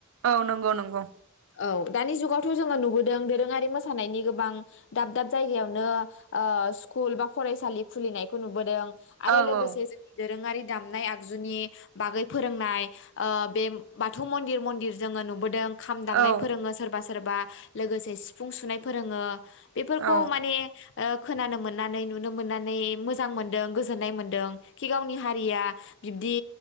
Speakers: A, on the right; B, on the left.
A: औ नंगौ नंगौ।
B: औ दानि जुगावथ' जोंङो नुबोद दों दोरोङारि मोसानायनि गोबां दाब दाब जायगायावनो ओ स्कुल बा फरायसालि खुलिनायखौ नुबोदों। आरो
A: औ
B: लोगोसे
A: औ
B: जोंनि दोरोङारि दामनाय आगजुनि बागै फोरोंनाय ओ बे बाथौ मन्दिर मन्दिर जोङो नुबोदों। खाम दामनाय
A: औ
B: फोरोङो सोरबा सो सोरबा लोगोसे सिफुं सुनाय फोरोङो बेफोरखौ
A: औ
B: माने ओ खोनानो मोननानै नुनो मोननानै मोजां मोनदों गोजोननाय मोनदों खि गावनि हारिया बिब्दि